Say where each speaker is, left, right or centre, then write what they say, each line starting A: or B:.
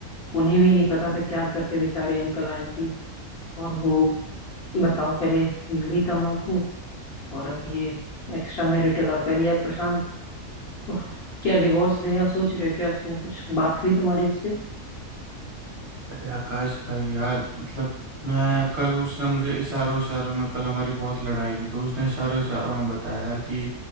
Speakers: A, on the left; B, on the right.
A: उन्हें भी नहीं पता था क्या करते बेचारे अंकल आंटी और वो बताओ पहले बीड़ी तंबाकू और अब ये एक्स्ट्रा मैरिटल अफेयर या प्रशांत उफ, क्या डिवोर्स देने का सोच रहे हो क्या उसने कुछ बात हुई तुम्हारी उससे
B: अरे आकाश भाई यार मतलब मैं कल उसने मुझे इशारों इशारों में कल हमारी बहुत लड़ाई हुई तो उसने इशारों इशारों में बताया यार कि